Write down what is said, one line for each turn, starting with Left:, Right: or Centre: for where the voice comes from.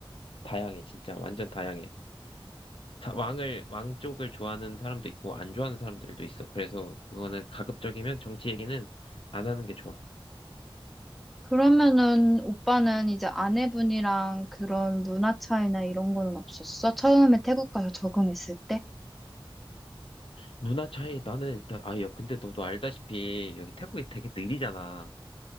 Left: 다양해, 진짜. 완전 다양해. 사- 왕을, 왕 쪽을 좋아하는 사람도 있고, 안 좋아하는 사람들도 있어. 그래서 그거는 가급적이면 정치 얘기는 안 하는 게 좋아.
Centre: 그러면은 오빠는 이제 아내분이랑 그런 문화 차이나 이런 거는 없었어? 처음에 태국 가서 적응했을 때?
Left: 문화 차이, 나는 일단, 아, 야, 근데 너도 알다시피 여기 태국이 되게 느리잖아.